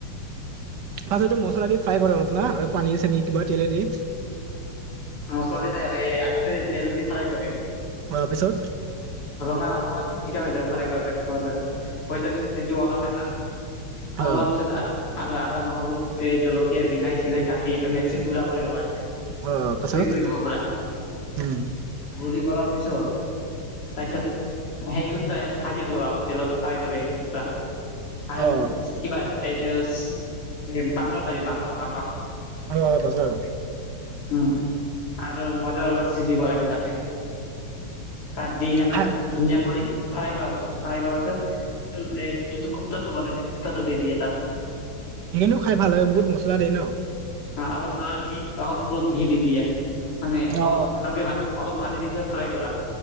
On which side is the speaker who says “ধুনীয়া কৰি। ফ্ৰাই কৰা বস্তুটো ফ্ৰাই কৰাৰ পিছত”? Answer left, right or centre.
Left